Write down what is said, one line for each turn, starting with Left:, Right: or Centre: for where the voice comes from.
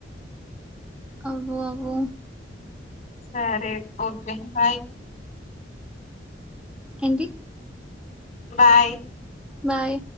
Centre: అవ్వు అవ్వు
Left: సరే ఒకే బాయ్
Centre: ఏంటి
Left: బాయ్
Centre: బాయ్